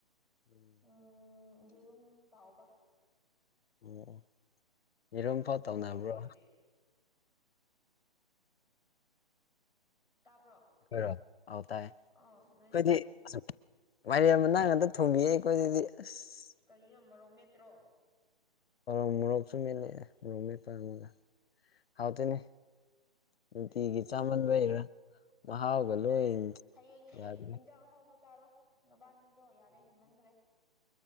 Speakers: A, on the left (about 70°); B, in the centre.
A: ꯑꯣ
B: ꯎꯝ ꯌꯦꯔꯨꯝ ꯇꯥꯎꯕ
A: ꯑꯣ ꯑꯣ ꯌꯦꯔꯨꯝꯐꯥꯎ
B: ꯅꯣꯏꯗꯤ
A: ꯇꯧꯅꯕ꯭ꯔꯣ
B: ꯀꯔꯤ ꯀꯔꯤ ꯇꯥꯕ꯭ꯔꯣ
A: ꯑꯈꯣꯏꯔꯣ ꯑꯥꯎ ꯇꯥꯏ ꯑꯩꯈꯣꯏꯗꯤ
B: ꯑꯥ ꯅꯣꯏꯅ ꯀꯔꯤ
A: ꯋꯥꯏꯔꯦꯝ ꯃꯅꯥ ꯉꯇ ꯊꯣꯡꯕꯤꯛ ꯑꯩꯈꯣꯏꯗꯗꯤ ꯑꯁ
B: ꯀꯔꯤꯅꯣ ꯃꯔꯣꯛ ꯃꯦꯠꯇ꯭ꯔꯣ
A: ꯑꯔꯎ ꯃꯣꯔꯣꯛꯁꯨ ꯃꯦꯠꯂꯦ ꯃꯣꯔꯣꯛ ꯃꯦꯠꯄ ꯑꯝꯒ ꯍꯥꯎꯇꯅꯦ ꯅꯨꯪꯇꯤꯒꯤ
B: ꯎꯝ
A: ꯆꯥꯃꯟꯕꯩꯔꯥ ꯃꯍꯥꯎꯒ
B: ꯌꯥꯔꯦ
A: ꯂꯣꯏ
B: ꯍꯌꯦꯡꯗꯤ
A: ꯌꯥꯗ꯭ꯔꯦ
B: ꯏꯟꯖꯥꯡ ꯑꯍꯥꯎꯕ ꯆꯥꯔꯣ ꯅꯕꯥꯅꯤꯗꯣ ꯌꯥꯔꯦ ꯍꯦꯟꯃꯟꯈ꯭ꯔꯦ